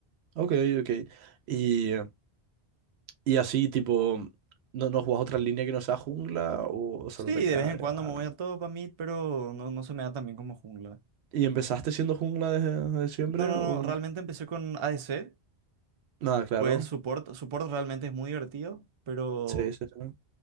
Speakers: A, on the right; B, on the right.
A: Ok, ok. Y, y así, tipo, ¿no, no jugás otra línea que no sea jungla o solo
B: Sí,
A: te quedas
B: de vez
A: ahí?
B: en cuando
A: ah?
B: me voy a top, a mid, pero no, no se me da tan bien como jungla.
A: ¿Y empezaste siendo jungla desde, desde siempre
B: No, no,
A: o...?
B: no, realmente empecé con ADC,
A: Nada, claro.
B: pues support, support realmente es muy divertido, pero
A: Sí, sí, sí.